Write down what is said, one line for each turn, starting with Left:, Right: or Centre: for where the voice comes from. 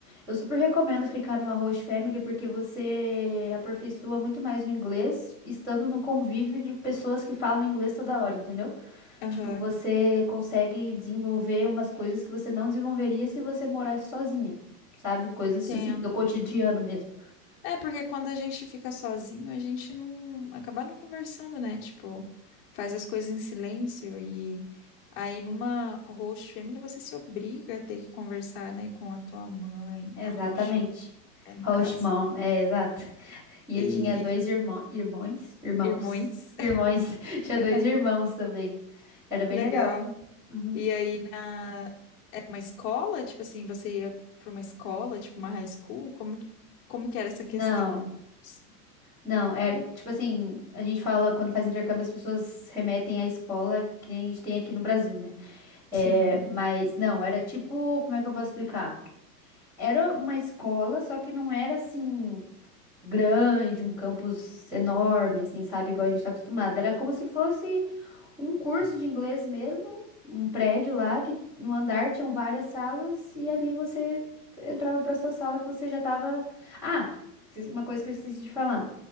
Centre: eu super recomendo ficar numa host family porque você aperfeiçoa muito mais o inglês estando no convívio de pessoas que falam inglês toda hora, entendeu?
Left: Aham,
Centre: Tipo, você consegue desenvolver umas coisas que você não desenvolveria se você morasse sozinha, sabe? Coisas
Left: entendo.
Centre: assim do cotidiano mesmo.
Left: É, porque quando a gente fica sozinho, a gente não acaba não conversando, né? Tipo, faz as coisas em silêncio e aí numa host family você se obriga a ter que conversar, né, com a tua mãe,
Centre: Exatamente.
Left: a host, mãe, né, no
Centre: Host
Left: caso,
Centre: mom, é exato. E
Left: e
Centre: eu tinha dois irmão, irmãos, irmãos,
Left: irmãos.
Centre: irmãos, <laughs> tinha
Left: <laughs>
Centre: dois irmãos também. Era bem
Left: Que legal.
Centre: legal. Uhum.
Left: E aí na era uma escola, tipo assim, você ia para uma escola, tipo uma high school, como que- como que era essa
Centre: Não,
Left: questão do curso?
Centre: não, é tipo assim, a gente fala quando faz intercâmbio, as pessoas remetem à escola que nem a gente tem aqui no Brasil, né? É,
Left: Sim.
Centre: mas não, era tipo, como é que eu posso explicar? Era uma escola, só que não era assim grande, um campus enorme, assim, sabe? Igual a gente tá acostumado. Era como se fosse um curso de inglês mesmo, um prédio lá que no andar tinham várias salas e ali você entrava para sua sala que você já estava. Ah, esqueci- uma coisa que eu esqueci de falar.